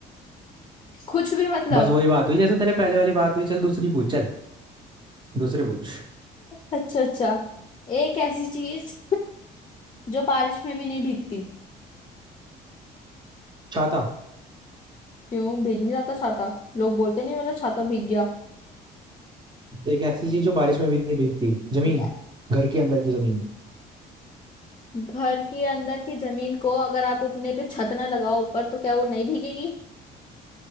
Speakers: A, on the left; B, on the right.
A: <laughs> कुछ भी मतलब
B: बस वही बात हुई जैसे तेरे पहले वाली बात हुई चल दूसरी पूछ चल दूसरी पूछ
A: अच्छा अच्छा एक ऐसी चीज जो बारिश में भी नहीं भीगती
B: छाता
A: क्यों भीग नहीं जाता छाता लोग बोलते नहीं मेरा छाता भीग गया
B: एक ऐसी चीज जो बारिश में भी नहीं भीगती जमीन
A: यार
B: घर के अंदर की जमीन
A: घर के अंदर की जमीन को अगर आप अपने पे छत ना लगाओ ऊपर तो क्या वो नहीं भीगेगी